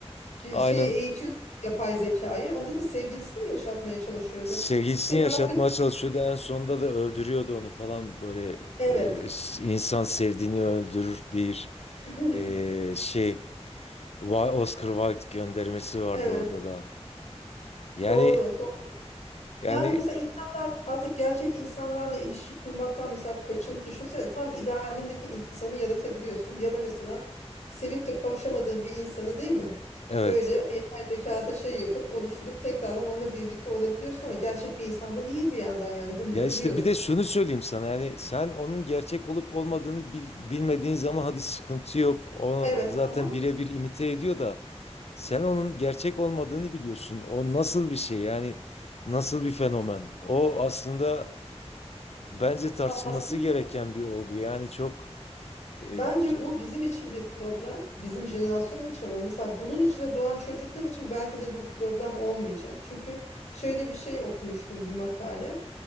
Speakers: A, on the left; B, on the left.
A: Şey-
B: Aynen
A: Şeyi eğitiyor yapay zekayı. Onda da sevgilisini mi yaşatmaya çalışıyordu?
B: sevgilisini
A: Se-
B: yaşatmaya
A: artık
B: çalışıyordu. En sonunda da öldürüyordu onu falan. Böyle
A: evet.
B: e, insan sevdiğini öldürür bir
A: <laughs>
B: e, şey. Wi- Oscar Wilde göndermesi vardı
A: Evet.
B: orada da. Yani
A: Doğru.
B: yani
A: Yani mesela insanlar artık gerçek insanlarla ilişki kurmaktan mesela kaçın düşünsene tam idealindeki insanı yaratabiliyorsun. Ya da mesela sevip de kavuşamadığın bir insanı değil mi?
B: evet.
A: Böyle yapay zekada şey yapıp oluşturup tekrardan onunla birlikte olabiliyorsun ama gerçek bir insanda değil bir yandan yani bunu
B: Ya
A: da
B: işte
A: biliyorsun.
B: bir de şunu söyleyeyim sana yani sen onun gerçek olup olmadığını bil- bilmediğin zaman hadi sıkıntı yok. O
A: Evet
B: zaten
A: ama
B: birebir imite ediyor da sen onun gerçek olmadığını biliyorsun. O nasıl bir şey yani nasıl bir fenomen? O aslında bence tartışılması
A: aslında
B: gereken bir olgu. Yani çok e,
A: bence
B: t-
A: bu bizim için bir problem. Bizim jenerasyon için ama mesela bunun içinde doğan çocuklar için belki de bu problem olmayacak. Çünkü şöyle bir şey okumuştum bir makale.